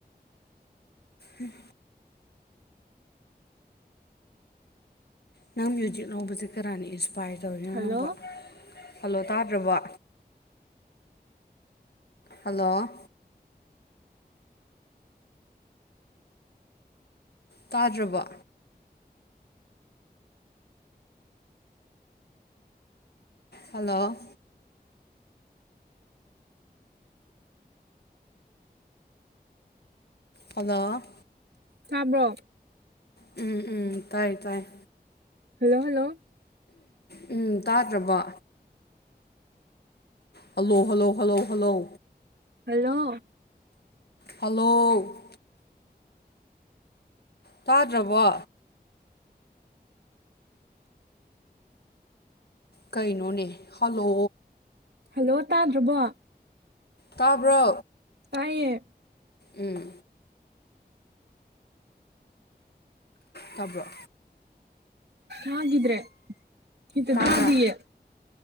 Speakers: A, on the left; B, on the right.
A: ꯎꯝ ꯅꯪ ꯃ꯭ꯌꯨꯖꯤꯛ ꯂꯧꯕꯁꯦ ꯀꯅꯥꯅ ꯏꯟꯁꯄꯥꯏꯌꯔ ꯇꯧꯔꯤꯅꯣ
B: ꯍꯜꯂꯣ
A: ꯅꯪꯕꯨ ꯍꯜꯂꯣ ꯇꯥꯗ꯭ꯔꯕ ꯍꯜꯂꯣ ꯇꯥꯗ꯭ꯔꯕ ꯍꯜꯂꯣ ꯍꯜꯂꯣ
B: ꯇꯥꯕ꯭ꯔꯣ
A: ꯎꯝ ꯎꯝ ꯇꯥꯏ ꯇꯥꯏ
B: ꯍꯜꯂꯣ ꯍꯜꯂꯣ
A: ꯎꯝ ꯇꯥꯗ꯭ꯔꯕ hello hello hello hello
B: hello
A: hello ꯇꯥꯗ꯭ꯔꯕꯣ ꯀꯩꯅꯣꯅꯦ ꯍꯜꯂꯣ
B: ꯍꯜꯂꯣ ꯇꯥꯗ꯭ꯔꯕꯣ
A: ꯇꯥꯕ꯭ꯔꯣ
B: ꯑꯌꯦꯡ
A: ꯎꯝ ꯇꯥꯕ꯭ꯔꯣ
B: ꯍꯒꯗ꯭ꯔꯦ ꯍꯇ
A: ꯇꯥꯕ꯭ꯔꯥ
B: ꯊꯥꯗꯤꯌꯦ